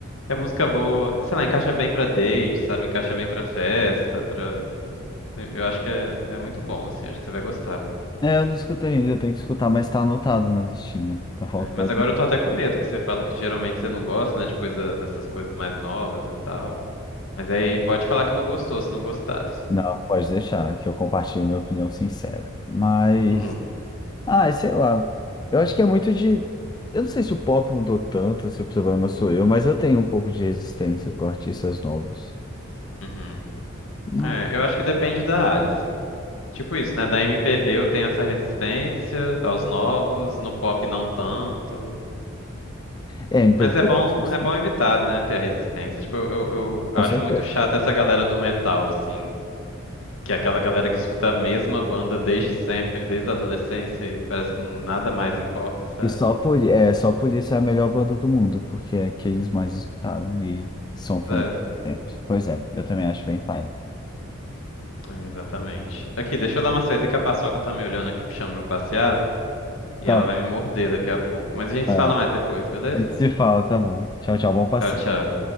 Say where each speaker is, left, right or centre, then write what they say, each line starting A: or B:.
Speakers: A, on the left; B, on the left.
A: é música boa, sei lá, encaixa bem pra date, sabe? Encaixa bem pra festa, pra... Eu acho que é, é muito bom assim, acho que você vai gostar.
B: É, eu não escutei ainda, eu tenho que escutar, mas tá anotado na listinha. Tá faltando.
A: É, mas agora eu tô até com medo que você fala que geralmente você não gosta, né, de coisa dessas coisas mais novas e tal. Mas aí pode falar que não gostou, se não gostar.
B: Não, pode deixar, que eu compartilho minha opinião sincera. Mas.
A: Uhum.
B: Ah, sei lá. Eu acho que é muito de. Eu não sei se o pop mudou tanto, se o problema sou eu, mas eu tenho um pouco de resistência com artistas novos.
A: Uhum.
B: Mas-
A: É, eu acho que depende da área, assim. Tipo isso, né? Da MPB eu tenho essa resistência aos novos, no pop não tanto.
B: É, MPB
A: Mas é
B: eu
A: bom,
B: gosto bastante.
A: é bom evitar, né? Ter a resistência. Tipo, eu, eu- eu
B: Com
A: acho
B: certeza.
A: muito chato essa galera do metal, assim. Que é aquela galera que escuta a mesma banda desde sempre, desde a adolescência, e parece que nada mais importa, sabe?
B: E só por, é, só por isso é a melhor banda do mundo, porque é que eles mais escutaram e são fãs
A: É,
B: de sempre. Pois é, eu também acho bem pai.
A: é, exatamente. Aqui, deixa eu dar uma saída que a Paçoca tá me olhando aqui, me chamando pra passear, e
B: Tá
A: ela
B: bom,
A: vai me morder daqui a pouco. Mas a gente
B: vai
A: se fala
B: lá.
A: mais depois, beleza?
B: a gente se fala, tá bom. Tchau, tchau, bom passeio.
A: Tchau, tchau.